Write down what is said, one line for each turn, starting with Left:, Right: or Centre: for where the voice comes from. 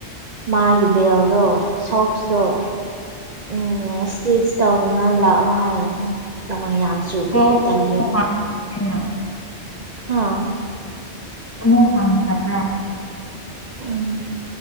Right: ꯃꯥꯒꯤ ꯕꯦꯜꯗꯣ ꯁꯣꯛꯁꯗꯣ꯫ ꯎꯝ ꯁꯇꯤꯆ ꯇꯧꯅꯤꯡꯉꯥꯏ ꯂꯥꯛꯑꯣ ꯍꯥꯏꯕꯅꯤ ꯅꯣꯡ ꯌꯥꯝ ꯆꯨꯕꯒꯤ
Left: ꯁꯣꯛꯁ
Right: ꯇꯜꯂꯦꯕ
Left: ꯑꯃꯨꯛ ꯍꯥꯡꯉꯦꯅ
Right: ꯍꯥ
Left: ꯑꯃꯨꯛ ꯍꯥꯡꯈ꯭ꯔꯕ꯭ꯔꯥ
Right: ꯎꯝ